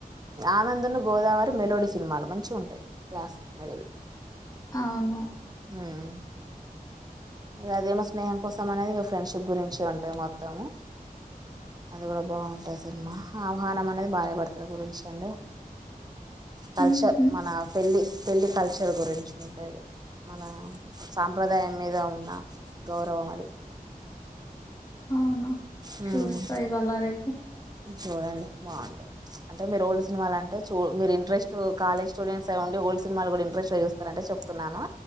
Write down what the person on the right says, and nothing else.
ఆనందున్నూ గోదావరి మెలోడీ సినిమాలు మంచిగ ఉంటాయి క్లాసిక్ <unintelligible>
హుమ్ ఇక అదేమో స్నేహ కోసం అనేది ఇగ ఫ్రెండ్షిప్ గురించి ఉంటది మొత్తము. అది కూడా బాగుంటది సినిమా, ఆహ్వానం అనేది భార్యాభర్తల గురించి అండి కల్చర్
మన పెళ్ళి పెళ్ళి కల్చర్ గురించి ఉంటది. మన సాంప్రదాయం మీద ఉ న్న గౌరవం అది.
మ్మ్,
చూడండి బాగుంటాయి. అంటే మీరు ఓల్డ్ సినిమాలు అంటే చూ మీరు ఇంట్రెస్ట్ కాలేజ్ స్టూడెంట్స్ అయ్యుండి ఓల్డ్ సినిమాలు కూడా ఇంట్రస్ట్ గా చూస్తారంటే చెప్ ప్తున్నాను